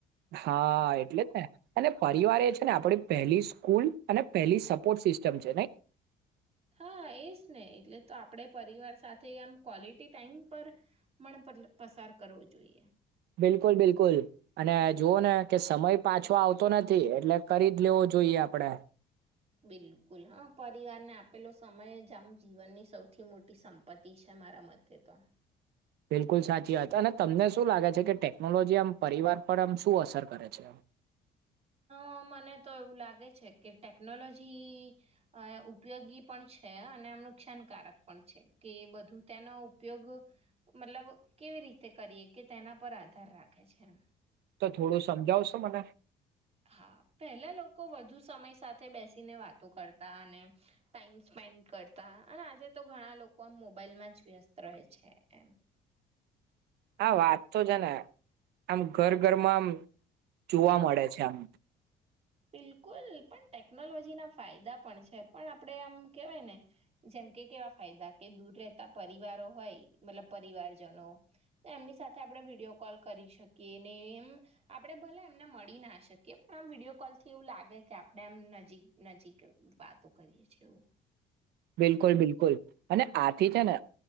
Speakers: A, on the right; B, on the right.
A: હા એટલે જ ને અને પરિવાર એ છે ને આપડી પહેલી સ્કૂલ અને પહેલી સપોર્ટ સિસ્ટમ છે નહી!
B: હા એજ ને એટલે તો આપણે પરિવાર સાથે આમ ક્વોલિટી ટાઈમ પર પણ પસાર કરવો જોઈએ
A: બિલકુલ બિલકુલ. અને જોવો ને કે સમય પાછો આવતો નથી એટલે કરી જ લેવો જોઈએ આપડે.
B: બિલકુલ હા પરિવારને આપેલો સમય જ આમ જીવનની સૌથી મોટી સંપત્તિ છે મારા મતે તો.
A: બિલકુલ સાચી વાત અને તમને શું લાગે છે કે ટેકનોલોજી આમ પરિવાર પર આમ શું અસર કરે છે?
B: અ મને તો એવુ લાગે છે કે ટેકનોલોજી ઉપયોગી પણ છે. અને આમ નુકસાનકારક પણ છે કે, બધુ તેનો ઉપયોગ મતલબ કેવી રીતે કરીએ કે તેના પર આધાર રાખે છે એમ.
A: તો થોડુ સમજાવશો મને!
B: હા પહેલા લોકો વધુ સમય સાથે બેસીને વાતો કરતા અને ટાઈમ સ્પેન્ડ કરતા અને આજે તો ઘણા લોકો આમ મોબાઈલમાં જ વ્યસ્ત રહે છે એમ.
A: હા વાત તો છે, ને આમ ઘર ઘરમા આમ જોવા મળે છે આમ.
B: બિલકુલ પણ ટેકનોલોજી ના ફાયદા પણ છે. પણ આપણે આમ કેહેવાય ને જેમ કે કેવા ફાયદા કે દૂર રહેતા પરિવારો હોય મતલબ પરિવારજનો તો એમની સાથે આપણે વિડીયો કોલ કરી શકીએ ને એમ આપણે ભલે એમને મળી ના શકીએ પણ આમ વિડીયો કોલ. થી એવું લાગે કે આપણે એમ નજીક નજીક વાતો કરીએ છેએ એવું.
A: બિલકુલ બિલકુલ અને આથી છે ને